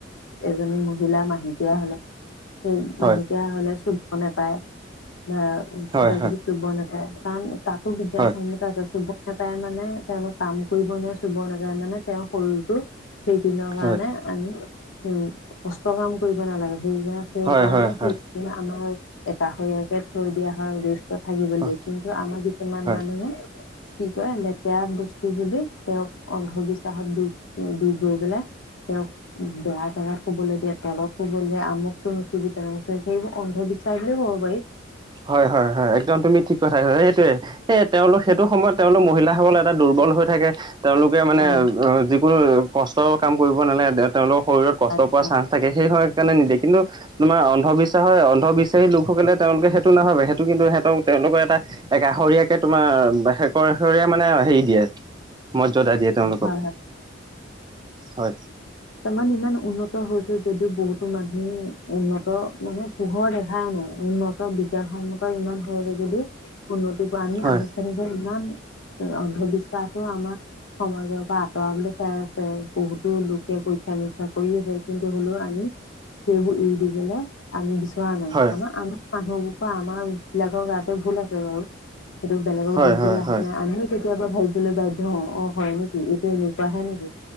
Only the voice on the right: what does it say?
হয়
হয়
হয়
হয়
হয়
হয় হয়
হয়
হয়
<inaudible>
হয়, হয় হয় একদম তুমি ঠিক কথাইছা সেইটোৱে এ তেওঁলোক সেইটো সময়ত তেওঁলোক মহিলাসকল এটা দুৰ্বল হৈ থাকে। তেওঁলোকে মানে
যিকোনো কষ্টৰ কাম কৰিব নালাগে তেওঁলোকৰ শৰীৰত কষ্ট
পোৱাৰ চাস্ন থাকে সেই সম কাৰণে নিদিয়ে কিন্তু তোমাৰ অন্ধবিশ্বাস হয় অন্ধবিশ্বাসী লোকসকলে তেওঁলোকেই টো নাভাবে সেইটো কিন্তু সিহঁতক তেওঁলোকৰ এটা একষৰীয়াকে তোমাৰ শেৰ শেষৰীয়া মানে হেৰি দিয়ে। মৰ্যদা দিয়ে তেওঁলোকক
হয়।
হয়
হয়
হয়
হয়
হয়